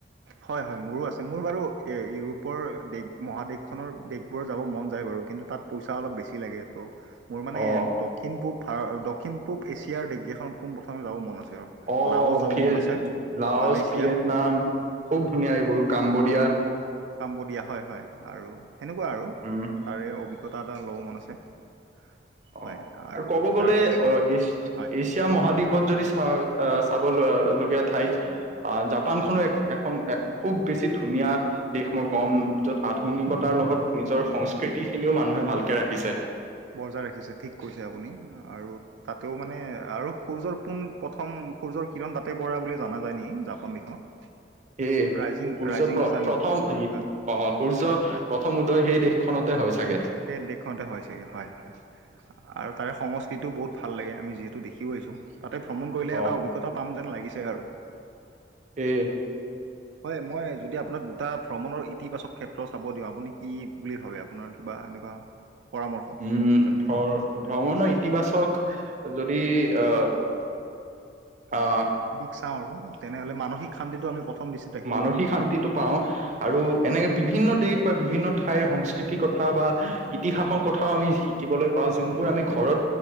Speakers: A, on the right; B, on the right.
A: হয় হয় মোৰো আছে মোৰ বাৰু এ ইউৰোপৰ দেশ মহাদেশখনৰ দেশবোৰ যাব মন যায় বাৰু কিন্তু তাত পইচা অলপ বেছি লাগে ত মোৰ মানে
B: অ
A: দক্ষিণ পূব ভাৰ দক্ষিণ পূব এছিয়াৰ ডগগখনত পোন প্ৰথমে যাব মন আছে আৰু
B: অ
A: লাওচ যাব
B: ভিয়ে
A: মন আছে
B: লাউচ
A: মালয়েছিয়া
B: ভিয়েটনাম খুব ধুনীয়া এইবোৰ কাম্বদিয়া
A: কম্বোডিয়া হয় হয় আৰু সেনেকুৱা আৰু
B: উম
A: তাৰে অভিজ্ঞতা এটা ল'ব মন আছে হয়
B: অ
A: আৰু
B: ক'ব গ'লে
A: তাৰপিছত
B: অ এ
A: হয়
B: এছিয়া মহাদ্বীপত যদি চাই চাব লগীয়া ঠাইত আহ জাপানখনো এখন খুব বেছি ধুনীয়া নীয়া দেশ মই কম যত আধুনিকতাৰ লগত নিজৰ সংস্কৃতি খিনিও মানুহে ভালকে ৰাখিছে
A: বজাই ৰাখিছে ঠিক কৈছে আপুনি আৰু তাতেও মানে আৰু সূৰ্যৰ পোন প্ৰথম সূৰ্যৰ কিৰণ দাঁতে বৰা বুলি জনা যায় নেকি জাপন দেশখনত
B: সেয়
A: ৰাইজিং
B: সূৰ্য
A: ৰাইজিং
B: প্ৰ
A: চান
B: প্ৰথম
A: হয়
B: অ সূৰ্য
A: হয় হয়
B: প্ৰথম উদয় সেই দেশ খনতে হয় চাগে
A: সেই দেশখনতে হয় চাগে হয় হয় আৰু তাৰে সংস্কৃতিও বহুত ভাল লাগে আমি যিহেতু দেখিও আহিছোঁ তাতে ভ্ৰমণ কৰিলে
B: অ
A: এটা অভিজ্ঞতা পাম যেন লাগিছে আৰু।
B: কি?
A: হয় মই যদি আপোনাক দুটা ভ্ৰমণৰ ইতিবাচক ক্ষেত্ৰ চাব দিওঁ, আপুনি কি বুলি ভাবে আপোনাৰ কিবা এনেকুৱা। পৰামৰ্শ
B: উম ভ-ভ্ৰমণৰ ইতিবাচক যদি অহ, অহ।
A: দিশ চাওঁ আৰু। তেনেহলে মানসিক শান্তিটো আমি প্ৰথম দৃষ্টিত ৰাখিব
B: মানসিক
A: পাৰোঁনে
B: শান্তিটো পাওঁ। আৰু, আৰু এনেক
A: হয়
B: বিভিন্ন দেশ বা বিভিন্ন ঠাইৰ সংস্কৃতিকত থা বা ইতিহাসৰ কথাও আমি শিকিবলৈ পাওঁ। যোনবোৰ আমি ঘৰত